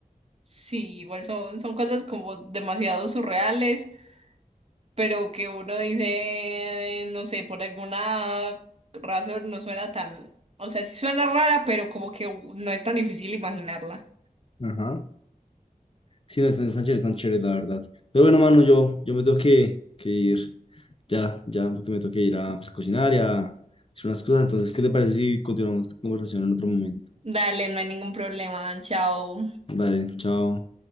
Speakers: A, on the right; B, on the left.
A: Sí, igual son, son cosas como demasiado surreales, pero que uno dice, no sé, por alguna razón no suena tan, o sea, sí suena rara, pero como que no es tan difícil imaginarla.
B: Ajá. Sí, no, están, están chéveres, están chéveres, la verdad. Pero bueno, mano, yo, yo me tengo que, que ir ya, ya, porque me tengo que ir a, pues, a cocinar y a hacer unas cosas. Entonces, ¿qué te parece si continuamos esta conversación en otro momento?
A: Dale, no hay ningún problema, chao.
B: Dale, chao.